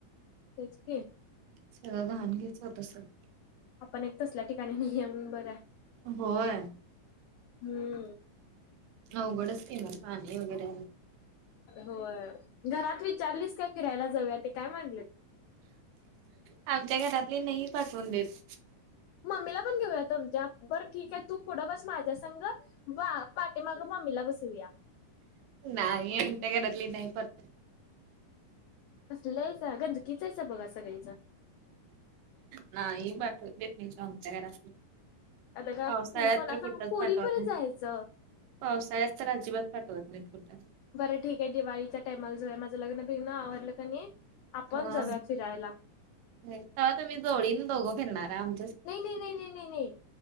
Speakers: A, on the left; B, on the right.
A: तेच कि
B: सगळं घाून घ्याचं होत सगळं
A: आपण एक तसल्या ठिकाणी नाही ये बरं आहे
B: होय
A: हम्म
B: अघड स ना पाणी वगैरे आहे
A: होय घरात विचारलीस का फिरायला जाऊया ते काय मागलेत
B: आमच्या घरातली नाही पाठवून देत
A: मम्मीला पण घेऊया तुमच्या बरं ठीक आहे तू पुढं बस माझ्या संग वा पाठीे मागं ममीला बसू या
B: नाही इट गडली नाही नाही प
A: असल्यायच गंजकीिचायचा बघा सगळीचा
B: ना ह बाात देेतच्या गरा
A: आता का
B: पावसाळ्यात
A: कोणा
B: तर
A: सांग
B: कुठच
A: पोरी
B: पाठवत
A: परत
B: नाही
A: जायचं
B: पावसाळ्यात तर अजिबात पाठवत नाही खोट्या
A: बरं ठीक आहे दिवाळीच्या टामाला जो आहे माझं लग्न भिगन आवरडलं क नाही आपण
B: हा
A: जाऊया फिरायला
B: तेव्हा तुम्ही जोडीन दोघो फिरणार आम
A: नाही नाही नाही नाही नाही नाही